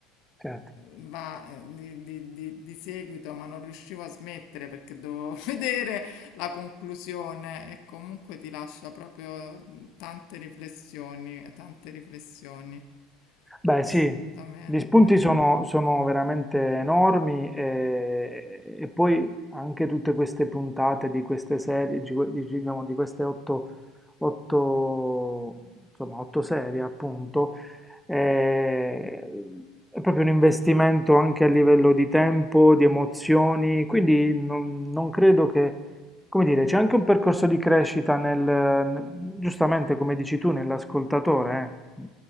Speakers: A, in the centre; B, on the left (about 60°).
A: Certo.
B: va eh, di, di- di- di seguito, ma non riuscivo a smettere perché dovevo <laughs> vedere la conclusione e comunque ti lascia proprio tante riflessioni, tante riflessioni.
A: Beh sì,
B: Assolutamente,
A: gli spunti sono, sono veramente enormi e, e poi anche tutte queste puntate di queste serie, di, que- di- diciamo, di queste otto, otto- insomma, otto serie appunto, eh, è proprio un investimento anche a livello di tempo, di emozioni, quindi non, non credo che, come dire, c'è anche un percorso di crescita nel, giustamente come dici tu, nell'ascoltatore, eh.